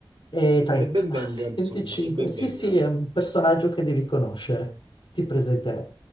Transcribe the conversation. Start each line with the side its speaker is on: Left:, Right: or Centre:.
Left: eh, 30
Right: che ben
Left: quasi,
Right: venga, insomma,
Left: 25.
Right: che ben
Left: Sì,
Right: venga.
Left: sì, è un personaggio che devi conoscere. Ti presenterò.